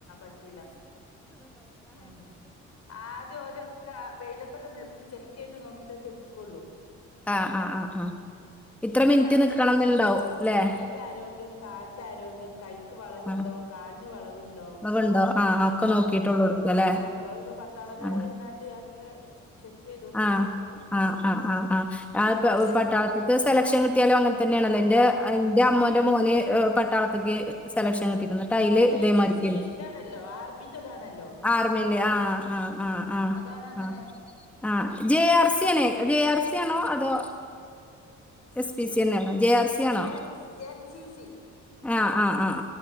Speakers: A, on the left; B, in the centre.
A: പറ്റൂല്ല. ഏ എ ആദ്യോലൊക്ക വെയിലത്തൊക്കെ നിർത്തി ചെക്കെയ് ത് നോക്കിട്ടൊക്കെ ഇട്ക്കൊള്ളൂ
B: ആഹ് ആഹ് ആഹ്
A: പിന്നെ
B: ഇത്ര മിനിറ്റ്
A: കൈയിന്റെ
B: നിക്കണംന്നുണ്ടാവും ല്ലേ
A: കയ്യിൻ്റെ ആരോഗ്യം കാൽ ഇന്റെ ആരോഗ്യം കൈക്ക് വളവുണ്ടോ
B: ആഹ്
A: കാലിന് വളവുണ്ടോ
B: അതൊക്കെ ഉണ്ടോ ആഹ് ഒക്കെ
A: ആ
B: നോക്കിട്ടൊള്ളൂ
A: അതൊക്കെ
B: എടുക്കല്ലേ
A: നോക്കും അ ഒക്കെ പട്ടാളക്കാർ
B: ആഹ്
A: വന്നാട്ട് അത് ഒക്കെ ചെക്ക് ചെയ്ത് നോക്കി
B: ആ ആ ആ ആ ആഹ്
A: എൻ
B: പട്ടാളത്ത്ക്ക് സെലക്ഷൻ കിട്ടിയാലും അങ്ങനെ തന്നെയാണല്ലോ ഇൻ്റെ
A: ആഹ്
B: അ എന്റെ
A: ബ
B: അമ്മോന്റെ മോന് പട്ടാളത്ത്ക്ക് സെലക്ഷൻ കിട്ടിക്ക്ണ് തൈല്
A: അയിന്
B: ഇതേമാരിക്കേന്നു
A: എൻ സി സി ഇതാണല്ലോ ആർമിന്റെതാണല്ലോ
B: ആർമേന്നെ ആഹ് ആഹ്
A: ഉം
B: ആഹ് ആഹ്
A: അതാണ്
B: ആ
A: അങ്ങനെ
B: ആഹ്. ജെ ആർ സി യേണ്. ജെ ആർ സിയ ആണോ അതോ എസ് പി സി യെന്നേണ് ജെ ആർ സി ആണോ
A: എൻ എൻ സി സി
B: ആ ആ ആ